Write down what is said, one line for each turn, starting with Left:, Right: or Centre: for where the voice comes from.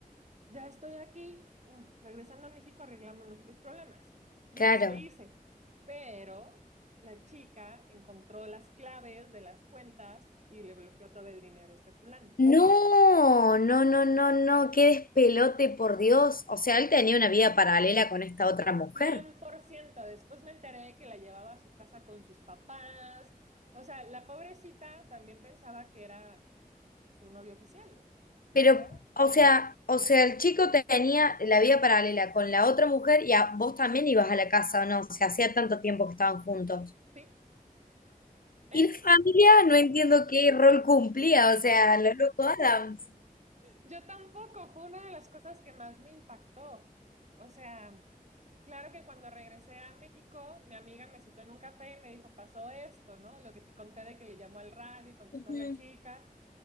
Right: Ya estoy aquí, mm, regresando a México arreglamos nuestros problemas. Y
Left: claro.
Right: eso hice. Pero la chica encontró las claves de las cuentas y le bloqueó todo el dinero a este fulano.
Left: No, no, no, no, no, qué despelote, por Dios. O sea, él tenía una vida paralela con esta otra mujer.
Right: cien por ciento Después me enteré de que la llevaba a su casa con sus papás. O sea, la pobrecita también pensaba que era su novio oficial, güey.
Left: Pero,
Right: ¿sabes?
Left: o sea, o sea, el chico tenía la vida paralela con la otra mujer y a, vos también ibas a la casa, ¿o no? O sea, hacía tanto tiempo que estaban juntos.
Right: Sí. Es,
Left: Y la familia, no entiendo qué rol cumplía, o sea, lo loco Adams.
Right: yo tampoco, fue una de las cosas que más me impactó. O sea, claro que cuando regresé a México, mi amiga me citó en un café y me dijo, pasó esto, ¿no? Lo que te conté de que le llamó al radio y contestó
Left: Ujú,
Right: la chica.